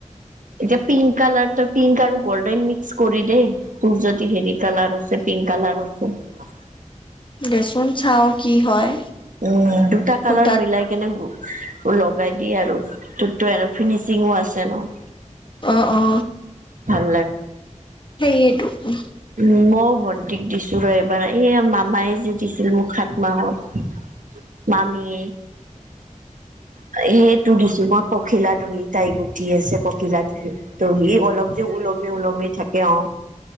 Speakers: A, on the right; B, on the left.
A: এতিয়া পিংক কালাৰ তই পিংক আৰু গল্ডেন মিক্স কৰি দেই তোৰ যদি হেৰি কালাৰ আছে পিংক কালাৰ, <unintelligible>
B: দেচোন চাও কি হয়।
A: উম দুটা
B: খুটাত
A: কালাৰ মিলাই কেনে লগাই দিয়ে আৰু ততো, ফিনিচিং আছে ন,
B: অ অ
A: ভাল
B: সেইটো উ
A: উ মই ভণ্টি, দিছো ৰ এইবাৰ এই মামাই যে দিছিল মোক সাত মাহত, মামি, সেইটো দিছো মই পখিলা দুইি তাই গুঠি আছে পখিলা দইি তহি অলপ যে ওলমি ওলমি থাকে অ